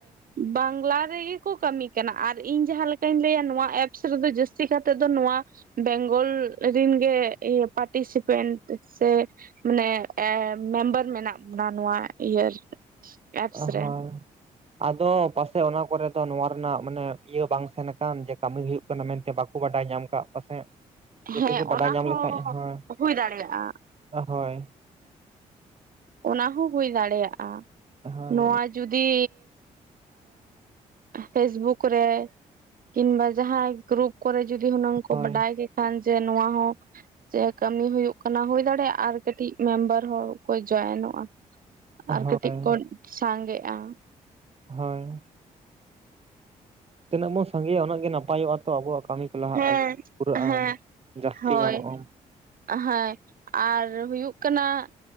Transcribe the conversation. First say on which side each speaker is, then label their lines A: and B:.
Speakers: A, on the right; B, on the right.
A: ᱵᱟᱝᱞᱟ ᱨᱮᱜᱮ ᱠᱚ ᱠᱟᱢᱤ ᱠᱟᱱᱟ ᱟᱨ ᱤᱧ ᱡᱟᱦᱟᱸ ᱞᱮᱠᱟᱧ ᱞᱟᱹᱭᱟ ᱱᱚᱣᱟ ᱮᱯᱥ ᱨᱮᱫᱚ ᱡᱟᱹᱥᱛᱤ ᱠᱟᱛᱮ ᱫᱚ ᱱᱚᱣᱟ ᱵᱮᱝᱜᱚᱞ ᱨᱤᱱ ᱜᱮ ᱯᱟᱴᱤᱥᱤᱯᱮᱱᱴ ᱥᱮ ᱢᱟᱱᱮ ᱮ ᱢᱮᱢᱵᱟᱨ ᱢᱮᱱᱟᱜ ᱵᱚᱱᱟ ᱱᱚᱣᱟ ᱤᱭᱟᱹ ᱮᱯᱥ
B: ᱚ
A: ᱨᱮ
B: ᱦᱚᱸᱭ ᱟᱫᱚ ᱯᱟᱥᱮᱜ ᱚᱱᱟ ᱠᱚᱨᱮ ᱫᱚ ᱱᱚᱣᱟ ᱨᱮᱱᱟᱜ ᱢᱟᱱᱮ ᱤᱭᱟᱹ ᱵᱟᱝ ᱥᱮᱱ ᱟᱠᱟᱱ ᱡᱮ ᱠᱟᱹᱢᱤ ᱦᱩᱭᱩᱜ ᱠᱱᱟ ᱢᱮᱱᱛᱮ ᱵᱟᱠᱚ ᱵᱟᱰᱟᱭ ᱧᱟᱢ ᱠᱟᱜ ᱯᱟᱥᱮᱜ ᱡᱩᱫᱤ
A: ᱦᱮᱸ
B: ᱠᱚ ᱵᱟᱰᱟᱭ
A: ᱚᱱᱟ
B: ᱧᱟᱢ
A: ᱦᱚᱸ
B: ᱞᱮᱠᱷᱟᱡ ᱦᱳᱸ
A: ᱦᱩᱭ ᱫᱟᱲᱮᱭᱟᱜᱼᱟ
B: ᱦᱳᱭ
A: ᱚᱱᱟ ᱦᱚᱸ ᱦᱩᱭ ᱫᱟᱲᱮᱭᱟᱜ-ᱟ
B: ᱦᱳᱭ
A: ᱱᱚᱣᱟ ᱡᱩᱫᱤ ᱯᱷᱮᱥᱵᱩᱠ ᱨᱮ ᱠᱤᱢᱵᱟ ᱡᱟᱦᱟᱸᱭ ᱜᱨᱩᱯ ᱠᱚᱨᱮ ᱡᱩᱫᱤ ᱦᱩᱱᱟᱹᱝ ᱠᱚ
B: ᱦᱳᱭ
A: ᱵᱟᱰᱟᱭ ᱡᱮ ᱱᱚᱣᱟ ᱦᱚᱸ ᱡᱮ ᱠᱟᱹᱢᱤ ᱦᱩᱭᱩᱜ ᱠᱟᱱᱟ ᱦᱩᱭ ᱫᱟᱲᱮᱭᱟᱜ-ᱟ ᱟᱨ ᱠᱟᱹᱴᱤᱡ ᱢᱮᱢᱵᱟᱨ ᱦᱚᱲ ᱡᱚᱭᱮᱱᱚᱜ-ᱟ ᱟᱨ
B: ᱦᱳᱭ
A: ᱠᱟᱹᱴᱤᱡ ᱠᱚ ᱥᱟᱸᱜᱮ-ᱟ
B: ᱦᱳᱭ ᱛᱤᱱᱟᱹᱜ ᱵᱚᱱ ᱥᱟᱸᱜᱮ-ᱟ ᱩᱱᱟᱹᱜ ᱜᱮ ᱱᱟᱯᱚᱭᱜ-ᱟ ᱛᱚ ᱟᱵᱣᱟᱜ ᱠᱟᱹᱢᱤ᱾ ᱞᱟᱦᱟᱜ-ᱟ
A: ᱦᱮᱸ
B: ᱯᱩᱨᱟᱹᱜ-ᱟ
A: ᱦᱮᱸ
B: ᱡᱟᱹᱥᱛᱤ
A: ᱦᱳᱭ
B: ᱧᱟᱢᱚᱜ-ᱟ
A: ᱦᱮᱸ ᱟᱨ ᱦᱩᱭᱩᱜ ᱠᱟᱱᱟ